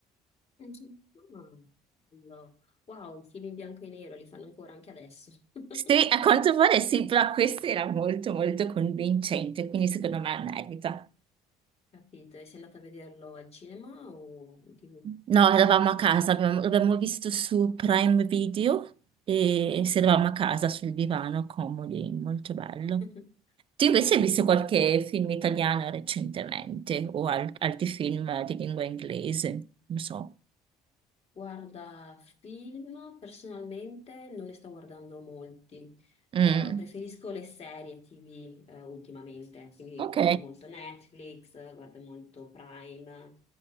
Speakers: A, on the left; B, on the right.
A: mhm. Ah, bello. Wow, i film in bianco e nero li fanno ancora anche adesso. <laughs>
B: Sì, a quanto pare sì, però questo era molto, molto convincente, quindi secondo me merita.
A: Capito? E sei andata a vederlo al cinema o in TV?
B: No, eravamo a casa, abbiamo- l'abbiamo visto su Prime Video e
A: Ah, ah.
B: si eravamo a casa sul divano, comodi, molto bello.
A: <laughs>
B: Tu invece
A: Capito.
B: hai visto qualche film italiano recentemente o al- altri film di lingua inglese? Non so.
A: Guarda, film personalmente non ne sto guardando molti,
B: Mm.
A: Eh, preferisco le serie TV eh, ultimamente, quindi
B: Ok,
A: guardo molto Netflix, eh, guardo molto Prime,